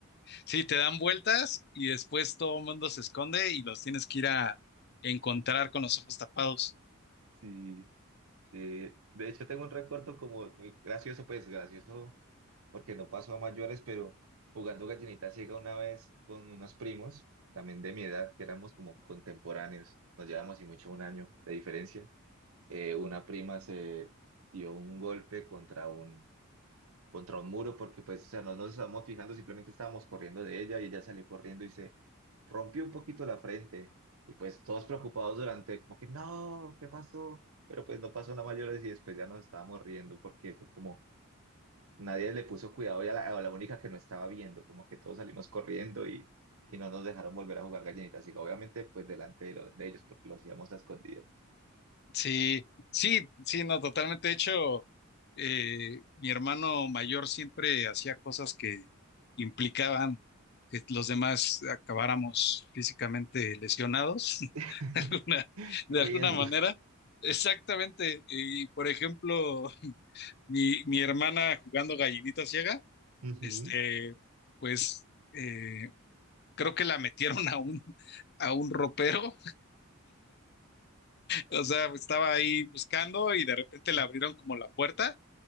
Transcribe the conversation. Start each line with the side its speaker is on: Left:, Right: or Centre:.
Left: Sí, te dan vueltas y después todo el mundo se esconde y los tienes que ir a encontrar con los ojos tapados.
Right: Sí. Sí, de hecho, tengo un recuerdo como muy gracioso, pues gracioso, porque no pasó a mayores, pero jugando gallinita ciega una vez con unos primos, también de mi edad, que éramos como contemporáneos, nos llevamos y mucho un año de diferencia. eh, una prima se dio un golpe contra un contra un muro porque pues, o sea, no nos estábamos fijando, simplemente estábamos corriendo de ella y ella salió corriendo y se rompió un poquito la frente y pues todos preocupados durante como que no, ¿qué pasó? Pero pues no pasó nada mayores y después ya nos estábamos riendo porque fue como nadie le puso cuidado y a la, a la única que no estaba viendo, como que todos salimos corriendo y, y no nos dejaron volver a jugar gallinitas, así que obviamente pues delante de, lo- de ellos porque lo hacíamos a escondidas.
Left: Sí, sí, sí, no, totalmente. De hecho, eh, mi hermano mayor siempre hacía cosas que implicaban que los demás acabáramos físicamente lesionados,
Right: <laughs>
Left: <laughs> de alguna,
Right: Riesgos.
Left: de alguna manera. Exactamente. Y por ejemplo, <laughs> mi, mi hermana jugando gallinita ciega,
Right: Ujú.
Left: este, pues eh, creo que la metieron a un, a un ropero o sea, estaba ahí buscando y de repente
Right: <laughs>
Left: le abrieron como la puerta